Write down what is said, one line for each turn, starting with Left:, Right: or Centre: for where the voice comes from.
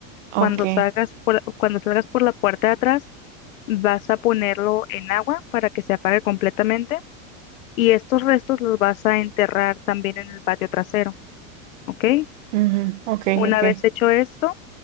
Right: Ok.
Left: Cuando salgas por, cuando salgas por la puerta de atrás, vas a ponerlo en agua para que se apague completamente y estos restos los vas a enterrar también en el patio trasero, ¿ok?
Right: ujú, Ok,
Left: Una
Right: ok.
Left: vez hecho esto,